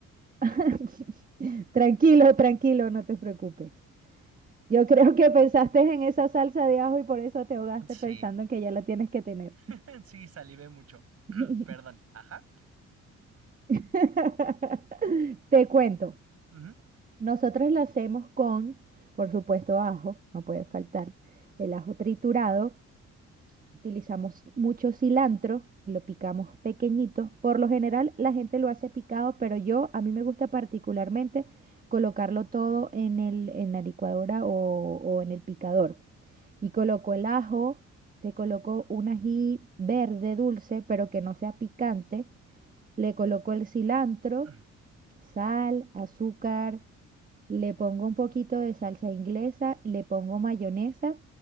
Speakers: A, on the right; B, on the right.
A: <laughs> Tranquilo, tranquilo, no te preocupes. Yo creo que pensaste en esa salsa de ajo y por eso te ahogaste
B: Sí.
A: pensando en que ya la tienes que tener.
B: <laughs> Sí, salivé mucho. <clears throat>
A: <laughs>
B: Perdón. Ajá.
A: <laughs> Te cuento,
B: Ujú.
A: nosotros la hacemos con, por supuesto, ajo, no puede faltar, el ajo triturado, utilizamos mucho cilantro, lo picamos pequeñito, por lo general la gente lo hace picado, pero yo, a mí me gusta particularmente colocarlo todo en el, en la licuadora o, o en el picador y coloco el ajo, le coloco un ají verde dulce, pero que no sea picante, le coloco el cilantro
B: Ujú.
A: sal, azúcar, le pongo un poquito de salsa inglesa, le pongo mayonesa